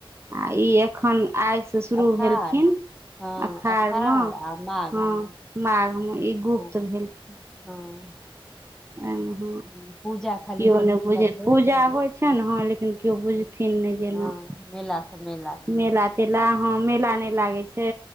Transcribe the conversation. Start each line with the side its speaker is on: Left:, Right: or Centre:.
Right: आ ई एखन आइसँ शुरू
Centre: अखाड़
Right: भेलखिन
Centre: हँ
Right: अषाढ़
Centre: अखाड़
Right: म हं
Centre: आ माघ मे
Right: माघ म ई गुप्त
Centre: हँ
Right: भेलखिन
Centre: हँ
Right: मे ह
Centre: हँ, पूजा खाली
Right: केओ
Centre: अपन
Right: नहि
Centre: हुनकर
Right: बुझे
Centre: होइ
Right: पूजा
Centre: छनि
Right: होइ छै ने हँ लेकिन केओ बुझ थिन नहि जेना
Centre: हँ मेला समय
Right: मेला तेला हँ मेला नहि लागे छै